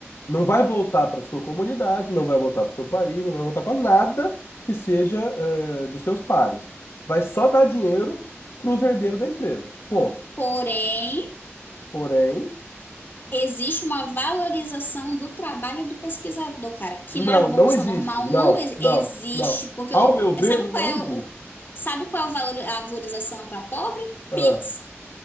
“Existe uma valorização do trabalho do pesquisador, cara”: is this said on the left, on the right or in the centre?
Left